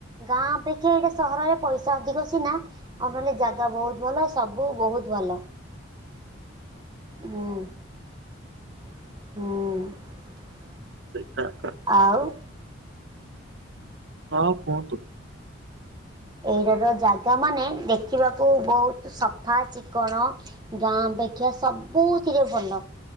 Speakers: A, on the right (about 20°); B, on the right (about 60°).
A: ଗାଁ ଅପେକ୍ଷା ଏଇଟା ସହରରେ ପଇସା ଅଧିକ ସିନା ଆଉ ନହେଲେ ଜାଗା ବହୁତ ଭଲ ସବୁ ସବୁ ବହୁତ ଭଲ। ହୁଁ। ହୁଁ।
B: ସେ <unintelligible>
A: ଆଉ
B: ହଁ କୁହନ୍ତୁ।
A: ଏଇଟାର ଜାଗା ମାନେ ଦେଖିବାକୁ ବହୁତ ସଫା ଚିକଣ ଗାଁ ଦେଖିଆ ସବୁଥିରେ ଭଲ